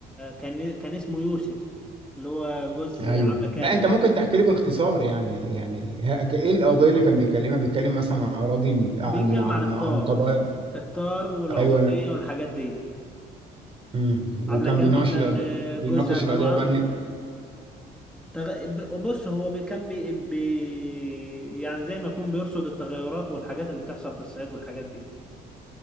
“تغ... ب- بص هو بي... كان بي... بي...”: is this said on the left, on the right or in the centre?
Centre